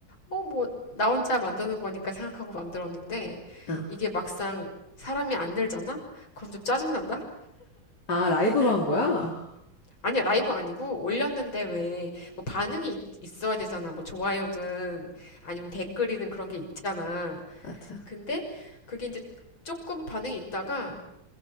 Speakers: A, on the left; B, on the left.
A: 어, 뭐, 나 혼자 만드는 거니까 생각하고 만들었는데,
B: 아,
A: 이게 막상 사람이 안 늘잖아? 그럼 좀 짜증난다?
B: 아, 라이브로 한
A: 어.
B: 거야?
A: 아니야, 라이브 아니고, 올렸는데 왜, 뭐, 반응이 있, 있어야 되잖아. 뭐, 좋아요든, 아니면 댓글이든 그런 게 있잖아.
B: 맞아.
A: 근데, 그게 이제 조금 반응이 있다가,